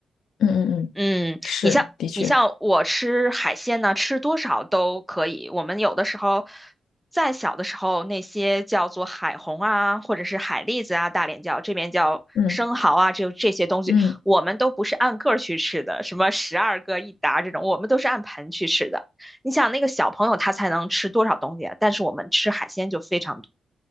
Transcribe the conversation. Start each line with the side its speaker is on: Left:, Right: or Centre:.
Left: 嗯嗯嗯，
Centre: 嗯，
Left: 是，
Centre: 你像你像我吃海鲜呢，
Left: 的确，
Centre: 吃多少都可以。我们有的时候，再小的时候，那些叫做海虹啊，或者是海蛎子啊，大连叫这边叫生蚝啊，
Left: 嗯
Centre: 这这些东西，
Left: 嗯，
Centre: 我们都不是按个儿去吃的，什么十二个一打这种，我们都是按盆去吃的。你想那个小朋友他才能吃多少东西啊？但是我们吃海鲜就非常多，